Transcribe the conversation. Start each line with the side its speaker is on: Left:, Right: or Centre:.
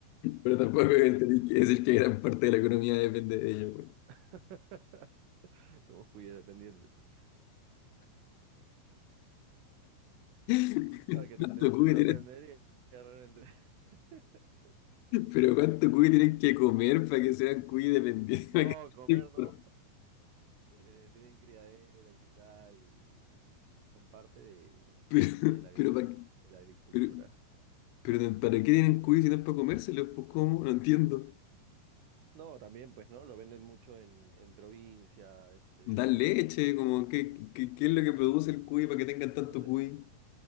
Left: pero tampoco es- tenéis que decir que gran parte de la economía depende de ellos, weón.
Right: <laughs> Somos cuyes dependientes.
Left: <laughs>
Right: Ah, que
Left: ¿Cuánto
Right: te, te-
Left: cuy
Right: te sorprendería
Left: tienen,
Right: realmente. <laughs>
Left: pero cuánto cuy tienen que comer para que sean cuy dependientes? <laughs> Para
Right: No,
Left: que
Right: comer
Left: sea importante.
Right: no. Tiene- tienen criaderos y tal, y, y son parte de,
Left: Pero,
Right: de la agricu-
Left: pero, pa-
Right: de la agricultura.
Left: pero, pero ¿para qué tienen cuy si no es para comérselos? Pues ¿cómo? No entiendo.
Right: No, también, pues, ¿no? Lo venden mucho en, en provincia, este,
Left: ¿Dan leche?
Right: ¿cómo se?
Left: Como, ¿qué, qué, qué es lo que produce el cuy para que tengan tanto
Right: No sé,
Left: cuy?
Right: se-